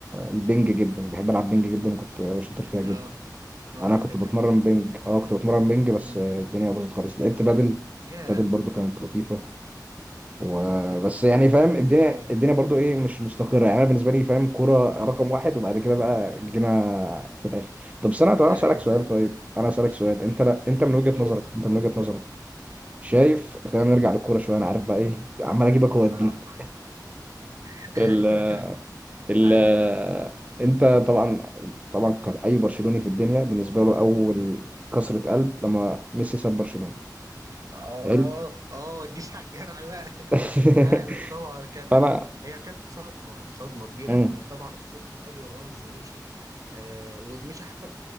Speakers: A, on the right; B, on the right.
A: البنج جدا بحب العب بنج جدا وكنت شاطر فيها جدا
B: اه وانا
A: انا كنت
B: كمان
A: بتمرن بنج اه كنت بتمرن بنج بس
B: امم
A: الدنيا باظت خالص لعبت بدل
B: ياه
A: بدل برضو كانت لطيفة وبس يعني فاهم الدنيا
B: ايوه
A: الدنيا برضو ايه مش مستقرة يعني انا بالنسبة لي فاهم كرة رقم واحد وبعد كده بقى جينا في الاخر طب سنة طب
B: <laughs> ايوه
A: انا اسالك سؤال
B: ايوه
A: طيب انا اسالك
B: طب
A: سؤال انت لا انت من وجهة
B: اوه
A: نظرك
B: اسالك
A: انت
B: سؤال
A: من وجهة
B: اتفضل
A: نظرك
B: <laughs>
A: شايف خلينا نرجع للكورة شوية
B: مش
A: انا
B: كده؟
A: عارف بقى ايه عمال اجيبك
B: كوره
A: واديك
B: شويه انا عارف <laughs>
A: <laughs>
B: ايوه
A: ال
B: عادي
A: انت طبعا طبعا كأي برشلوني في الدنيا بالنسبه له اول كسرة قلب لما ميسي ساب برشلونة
B: اه
A: حلو
B: اه الجيش على الجرح بقى.
A: <laughs>
B: فعلا طبعا كان حاجه
A: فانا
B: هي كانت صدمه صدمه كبيره
A: مم.
B: ان طبعا اسطوره النادي والرمز يمشي آه وتمشي حتى ب-